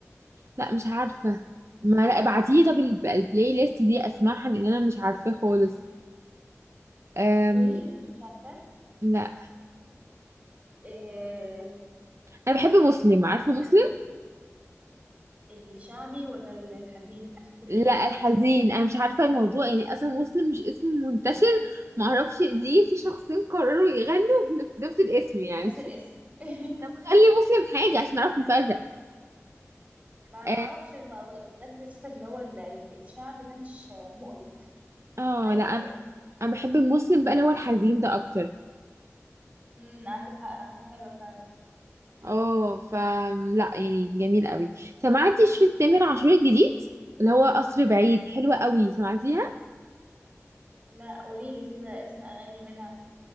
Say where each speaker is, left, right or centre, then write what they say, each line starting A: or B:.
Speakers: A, on the right (about 60°); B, on the right (about 25°).
A: لا مش عارفه ما لا ابعتيه طب ال- البلاي ليست دي اسمعها لان انا مش عارفاه خالص أم...
B: توليم مش عارفه
A: لا
B: إيه
A: انا بحب مسلم عارفه
B: اسمها
A: مسلم
B: إيه كده الشعبي ولا الحزين اشوفك
A: لا
B: مين مسلم
A: الحزين انا مش عارفه الموضوع يعني اصلا مسلم مش اسم منتشر معرفش ليه في شخصين قرروا يغنوا بن- بنفس الاسم يعني
B: بنفس
A: طب
B: الاسم <laughs>
A: خلي مسلم حاجه عشان نعرف نفرق
B: ما انا
A: اه
B: ما اعرفش إن- بجد الست اللي هو ال- الشعبي ده مش مقرف
A: آه،
B: حقيقي
A: لا انا
B: مقرف
A: بح- أنا بحب المسلم بقى اللي هو الحزين ده اكتر
B: امم عندك حق اغاني حلوه فعلا
A: اه ف لا يعني جميل قوي سمعتي شريط تامر عاشور الجديد اللي هو قصر بعيد حلوة قوي سمعتيها
B: لا قولي لي كده اسم اغاني منها